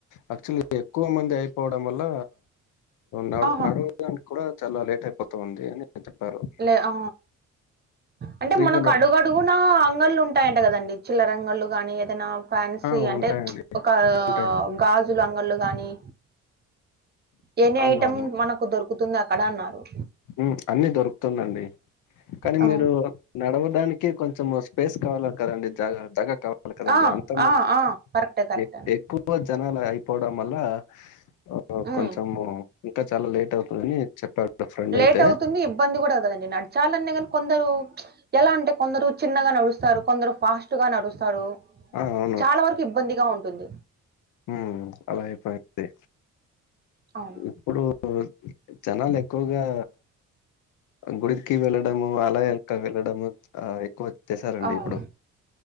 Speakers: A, on the left; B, on the right.
A: యాక్చువల్లి ఎక్కువ మంది అయిపోవడం వల్ల నడ్
B: ఆహా!
A: నడవడానికి కూడా చాలా లేట్ అయిపోతుఉంది అని చెప్పారు.
B: లే ఆ అంటే
A: ఫ్రీగా
B: మనకు
A: న
B: అడుగడు గున అంగళ్ళు ఉంటాయంట కదండి చిల్లరంగలు గాని ఏదైనా ఫ్యాన్సీ
A: ఆ!
B: అంటే
A: ఉంటాయండి.
B: చ్ ఒక
A: ఉంటాయి.
B: గాజులు అంగళ్ళ గాని ఎనీ
A: అవునవును.
B: ఐటెం మనకు దొరుకుతుంది అక్కడ అన్నారు
A: ఉ అన్ని దొరుకుతుందండి కానీ
B: ఆ!
A: మీరు నడవడానికి కొంచెం వస్ స్పేస్ కావాల కదండి జాగర్తగా కావాలి కదండి
B: ఆ!
A: అంత మంది
B: ఆ! ఆ! కరెక్టే. కరెక్టే
A: ఎక్కువ
B: అండి.
A: ఎక్కువ జనాలు అయిపోవడం వల్ల ఆ
B: హ్మ్.
A: కొంచము ట చాలా లేట్ అవుతదని చెప్పాడు ఫ్రెండయితే.
B: లేట్ అవుతుంది ఇబ్బంది గూడా కాదండి నడచాలన్న గానీ కొందరు చ్ ఎలా అంటే కొందరు చిన్నగా నడుస్తారు కొందరు ఫాస్ట్ గా నడుస్తారు
A: ఆ! అవును.
B: చాలా వరకు ఇబ్బందిగా ఉంటుంది
A: ఉ అలా అయిపోయింది
B: అవును.
A: ఇప్పుడు ఉ జనాలు ఎక్కువగా గుడికి వెళ్ళడము అలా ఇంకా వేళ్ళడము ఆ ఎక్కువోచ్చెసారండి
B: అవును.
A: ఇప్పుడు